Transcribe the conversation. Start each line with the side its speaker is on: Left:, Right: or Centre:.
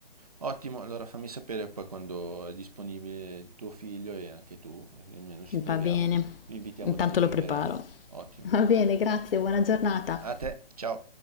Right: Ottimo, allora fammi sapere poi quando è disponibile tuo figlio e anche tu, almeno ci troviamo,
Left: Va bene,
Right: lo invitiamo
Left: intanto
Right: da noi per
Left: lo preparo.
Right: merenda. Ottimo.
Left: Va bene, grazie, buona giornata.
Right: A te, ciao.